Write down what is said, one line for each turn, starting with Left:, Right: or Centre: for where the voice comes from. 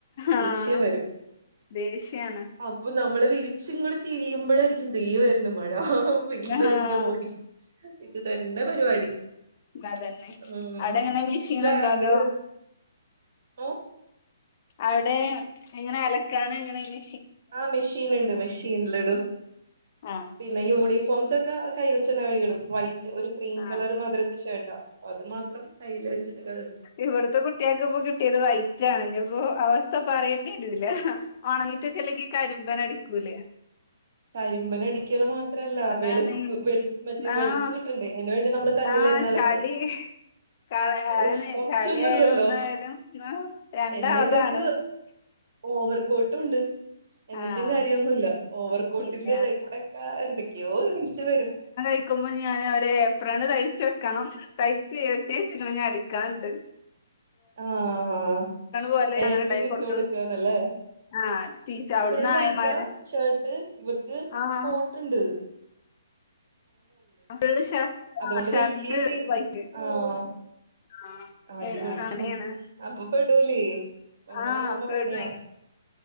Left: ആഹ്
Right: ഈശ വരും
Left: ദേഷ്യാണ്
Right: അപ്പൊ ന നമ്മള് വിരിച്ച ഇങ്ങൂടി തിരിയുമ്പോഴായിരിക്കും ദേ വരു ന്ന് മഴ ആ വീണ്ട
Left: ആഹ്
Right: ഇറങ്ങിയ ഓഡി ഇത് തന്നെ പരിപാടി
Left: ഇ അതന്നെ
Right: ഉം
Left: അവിടെ എങ്ങനെ മെഷീൻ
Right: സ്ലാങ്
Left: ണ്ടോ അതോ
Right: ഓ
Left: അവിടെ എങ്ങനെ അലക്കാന എങ്ങനെണ്
Right: ആഹ മെഷീൻ ഉണ്ട് മെഷീൻല് ഇടും
Left: ആഹ്
Right: പിന്നെ യൂണിഫോ ഫോംസ് ഒക്കെ കൈവച്ചന്നെ കഴികിടും വൈറ്റ് ഒരു ക്രീം
Left: ആഹ്
Right: കളർ മാതരത്തെ ഷർട്ടാ അപ്പോ അത് മാത്രം കയ്യിൽ വെച്ചിട്ട് കഴുകും
Left: ഇവിടത്തെ കുട്ട്യാൾക്ക് ഇപ്പോ കിട്ടിയത് വൈറ്റാണ് ഇനീപ്പോ അവസ്ഥ പറയേണ്ടി വരൂല ഉണങ്ങിട്ടക്കെ ഇല്ലെങ്കി കരിമ്പൻ അടിക്കൂല്ലേ
Right: കരിമ്പന് അടിക്ണ മാത്രല്ലെ
Left: അതാണ്
Right: വെളുക്കു വെളു മറ്റേ
Left: ആഹ്
Right: വെളുത്ത് കിട്ടണ്ടേ അയിൻ വേണ്ടി നമ്മള് കല്ലിലെന്നേ
Left: ആഹ്
Right: അലക്കണം
Left: ചളി കള അതാണ്
Right: ഓ് കൊറച്ചൊന്നുംല്ലല്ലോ
Left: ചളിയായാലും ഒന്നായാലും ആഹ് രണ്ടാമതാണ്
Right: എന്നാ ഇവർക്ക് ഓവർക്കോട്ടുണ്ട് എന്നിട്ടും
Left: ആഹ്
Right: കാര്യൊന്നുമല്ല ഓവർ കോോട്ടിന്റെ
Left: ഇല്ല
Right: ഇടക്കൂടെ ഒക്കെ എന്തൊക്കെയോ വിളിച്ചു വരോ
Left: കിക്കുമ്പോ ഞാൻ ഒേപ്രണ് തയ്ച്ച വെക്കണം തയ്ച്ച് ഏട്ടി വെച്ചിക്കണ് ഇനി അടിക്കാൻണ്ട്
Right: ആഹ
Left: പോലെ
Right: ഏപ്രിൽ
Left: അങ്ങനെ ഉണ്ടാക്കി
Right: ഇട്ട്
Left: കൊടുക്കണം
Right: കൊടുക്കുവാനല്ലേ
Left: ആഹ് ടീച്ചർ
Right: ആ
Left: അവിടുന്ന്
Right: ഫുൾ വൈറ്റാ
Left: ആയമാര്
Right: ഷേർട്ട് ഇവർക്ക്
Left: ആഹ്
Right: കോട്ട്ണ്ട്
Left: അവള്
Right: അതുകൊണ്ട് വലിയ
Left: ാർട്ട
Right: സീ
Left: വൈക്ക്
Right: ആഹ്
Left: ആ
Right: അടിപൊളി
Left: അങ്ങനെയാണ്
Right: അപ്പൊ പെടൂലേ അങ്ങനെ
Left: ആഹപ്പ
Right: ആവുമ്പോ പണിയാ
Left: എടുന്ന